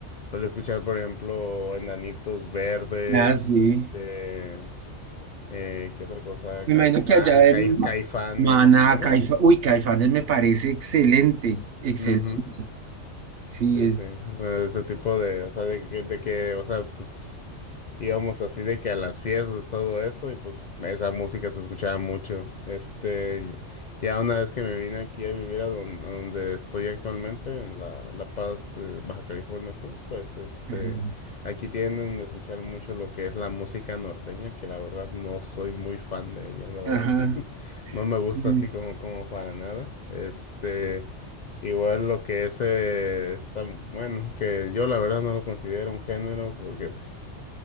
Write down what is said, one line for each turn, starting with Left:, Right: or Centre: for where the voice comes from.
Left: solía escuchar, por ejemplo, Enanitos Verdes,
Right: Ah, sí.
Left: este... Eh, ¿qué otra cosa?
Right: Me
Left: Caifán,
Right: imagino que allá
Left: Caif-
Right: en
Left: Caifanes,
Right: Maná,
Left: ¿mande?
Right: Caifa, uy, Caifanes me parece excelente, excelente.
Left: Ujú,
Right: Sí,
Left: Sí,
Right: es.
Left: sí, o sea, ese tipo de, o sea, de, que, de que, o sea, pues íbamos así de que a las fiestas y todo eso y pues esa música se escuchaba mucho. Este, ya una vez que me vine aquí a vivir a don- a donde, estoy actualmente, en La, en La Paz, eh, Baja California Sur, pues este,
Right: Ajá.
Left: aquí tienden a escuchar mucho lo que es la música norteña, que la verdad no soy muy fan de ella, la verdad
Right: Ajá,
Left: no, <laughs> no me gusta
Right: sí.
Left: así como, como para nada. Este... Igual lo que es, eh, está, bueno, que yo la verdad no lo considero un género porque pues